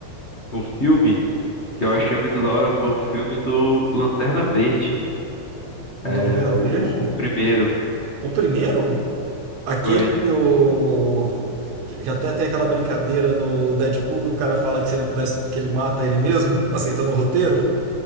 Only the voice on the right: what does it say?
Novela
Verde?
O primeiro? Aquele
que o. Que que até tem aquela brincadeira no Deadpool que o cara fala que se ele pudesse, que ele mata ele mesmo, aceitando o roteiro.